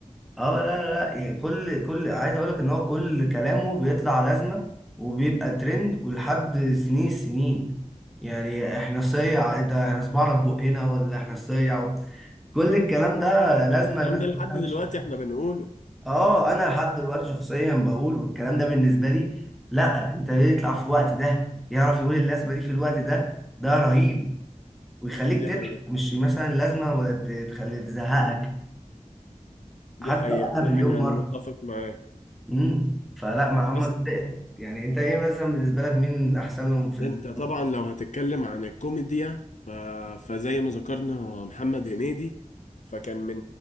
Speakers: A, in the centre; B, on the left.
A: اه لا لا لا يعني كل كل عايز اقول لك ان هو كل كلامه بيطلع لازمه وبيبقى ترند ولحد سنين سنين يعني احنا صيع انت احنا صبعنا في بقنا ولا احنا صيع كل الكلام ده لازمه
B: الكلام
A: الناس
B: ده لحد
A: كلها
B: دلوقتي
A: ماشيه
B: احنا بنقوله
A: اه انا لحد دلوقتي شخصيا بقول والكلام ده بالنسبه لي لا انت يطلع في الوقت ده يعرف يقول اللازمه دي في الوقت ده ده رهيب ويخليك
B: دي
A: تضحك
B: حقيقة
A: مش مثلا لازمه ما ت- تخلي تزهقك حتى
B: دي حقيقة
A: لو قالها
B: دي
A: مليون
B: حقيقة
A: مره
B: أنا متفق معاك
A: امم فلا محمد
B: بس
A: ده يعني انت ايه مثلا بالنسبه لك مين احسن لهم في ال...
B: انت طبعا لو هتتكلم عن الكوميديا ف... فزي ما ذكرنا محمد هنيدي فكان من